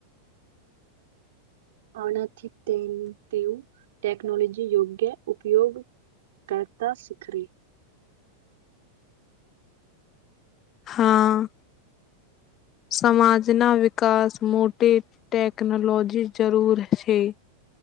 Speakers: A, on the right; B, on the left.
A: આનાથી તેમ તેવું ટેક્નોલોજી યોગ્ય ઉપયોગ કરતા શીખવે.
B: હા. સમાજના વિકાસ મોટે ટેકનોલોજી જરૂર છે.